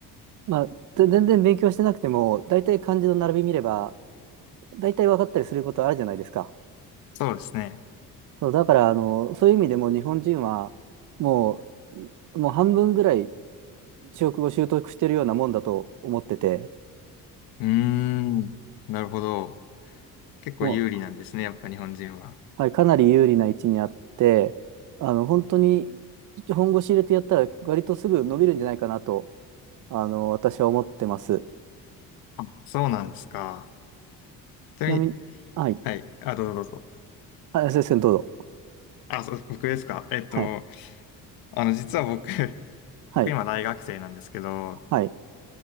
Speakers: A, on the right; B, on the left.
A: まあ、ぜ全然勉強してなくても、大体漢字の並び見れば、大体分かったりすることあるじゃないですか。
B: そうですね。
A: そう、だから、あのーそういう意味でも日本人は、もう、もう半分ぐらい中国語を習得してるようなもんだと思ってて、
B: うーん。なるほど。結構有利なんですね、
A: もう、
B: やっぱ日本人は。
A: はい、かなり有利な位置にあって、あの、本当に本腰入れてやったら、割とすぐ伸びるんじゃないかなと、あのー私は思ってます。
B: あそうなんですか。ちなみに、
A: ちなみに、はい。
B: はい。あ、どうぞどうぞ。
A: あ、先生、どうぞ。
B: あ、そう、僕ですか。えっと、
A: はい。
B: あの、実は僕、<laughs>
A: はい。
B: 僕今大学生なんですけど、
A: はい。